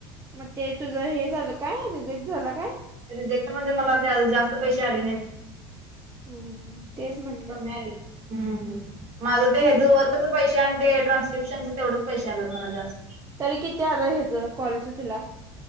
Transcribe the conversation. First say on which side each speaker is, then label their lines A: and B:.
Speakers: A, on the right; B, on the right.
A: मग ते तुझं हे झालं काय रिजेक्ट झालं का?
B: रिजेक्ट म्हणजे मला त्या जास्त पैसे आले नाहीत.
A: हम्म. तेच म्हटलं
B: तं मिळालेत, हम्म माझं ते
A: ह्याच
B: जो वर्कच पैसे आणि ते ट्रान्स्क्रिपशनचे तेवढंच पैसे आल्यात मला जास्त.
A: तरी किती आलं हेचं कॉलच तुला?